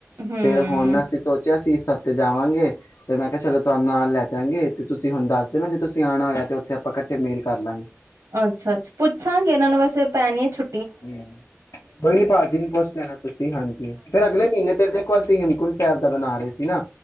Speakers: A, on the right; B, on the left.
A: ਹੂੰ।
B: ਫੇਿਰ ਹੁਣ ਅਸੀਂ ਸੋਚਿਆ ਸੀ ਸਤੇ ਜਾਵਾਂਗੇ ਤੇ ਮੈਂ ਕਿਹਾ ਚਲੋ ਤੁਹਾਨੂੰ ਨਾਲ ਲੈ ਜਾਵਾਂਗੇ ਤੇ ਤੁਸੀਂ ਹੁਣ ਦੱਸ ਦੇ ਨਾ ਜੇ ਤੁਸੀਂ ਆਉਣਾ ਹੋਇਆ ਤੇ ਉੱਥੇ ਆਪਾਂ ਇਕੱਠੇ ਮੇਲ ਕਰ ਲਾਂਗੇ
A: ਅੱਛਾ ਅੱਛਾ ਪੁੱਛਾਂਗੇ ਇਹਨਾਂ ਨੂੰ ਵਸੇ ਪੈ ਨ ਛੁ
B: ਹਮ ਬਈ ਨੀ ਭਾਜੀ ਨੂੰ ਪੁੱਛ ਲੈਣਾ ਤੁਸੀਂ ਹਾਂਜੀ ਫੇਰ ਅਗਲੇ ਮਹੀਨੇ ਤੇ ਦੇਖ ਹਿਮਕੁੰਟ ਪੈਰ ਦਾ ਬਣਾ ਰਹੇ ਸੀ ਨਾ